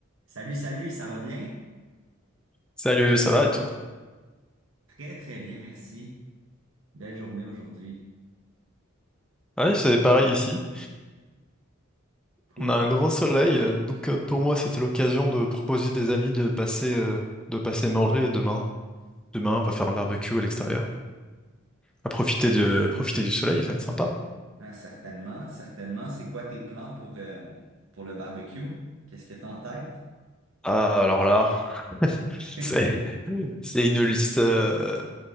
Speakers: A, on the right; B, in the centre.
A: Salut, salut, ça va bien?
B: Salut, ça va et toi?
A: Très, très bien, merci. Belle journée aujourd'hui.
B: Ouais, c'est pareil ici.
A: Cool.
B: On a un grand soleil, euh, donc euh, pour moi c'était l'occasion de proposer des amis de passer, euh, de passer manger demain. Demain, on va faire un barbecue à l'extérieur. À profiter de, profiter du soleil, ça va être sympa.
A: Ah, certainement, certainement. C'est quoi tes plans pour, euh, pour le barbecue? Qu'est-ce que t'as en tête?
B: Ah, alors là, <laughs>
A: <laughs>
B: c'est, c'est une liste. euh,